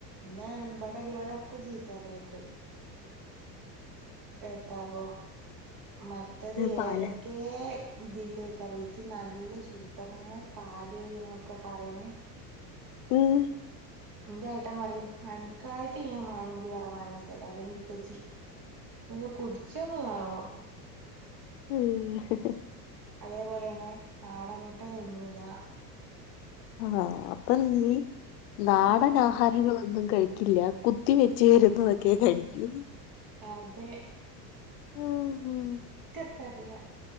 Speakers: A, on the right; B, on the left.
A: ന്നെ ഇവിടെ ഉള്ളോലൊക്കെ ചീത്തറയുണ്ട് എത്താവും മറ്റത്
B: പാല്
A: ഏതെ ക്കേ ഇതിന്റേക്കാരം ഇത് നല്ല ശുദ്ധമായ പാല് എന്നൊക്കെ പറയണേ
B: ഉം
A: ന്റെ ഏട്ടൻ പറയും അനക്കായിട്ട് ഞാൻ മാണെങ്കി വേറെ വാങ്ങി തരാം അല്ലെങ്കി ഇപ്പച്ചി നീ ഒന്ന് കുടിച്ചൊന്ന് കാണൂന്ന്
B: ഉം
A: അതേപോലെന്നെ നാടൻ മുട്ട തിന്നൂല
B: ആഹ് അപ്പം നീ നാടനാ
A: ഉം
B: ആഹാരങ്ങളൊന്നും കഴിക്കില്ല കുത്തി വെച്ച് വരുന്നതൊക്കെ കഴിക്കൂ
A: അതെ
B: ഉം ഹും
A: എനിക്ക് എത്താ അറിയില്ല